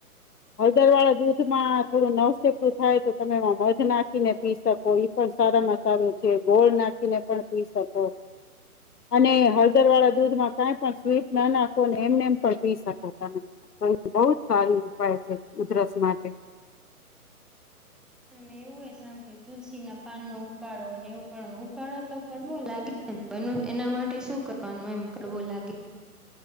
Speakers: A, on the left (about 85°); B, in the centre.
A: હળદર વાળા દૂધમાં થોડું નવસેકું થાય તો તમે એમાં મધ નાખીને પી શકો ઇ પણ સારામાં સારું છે ગોળ નાખીને પણ પી શકો અને હળદર વાળા દૂધમાં કઈ પણ સ્વીટ ના નાખોને એમને એમ પણ પી શકો તમે બહું જ સાર ઉપાય છે ઉધરસ માટે
B: આ એવું હોય સાંભળ્યું તુલસી ના પાનનો ઉકાળો એવું પણ ઉકાળો તો કરવો લાગે ને તો એનું એના માટે શું કરવાનું એમ કરવો લાગે.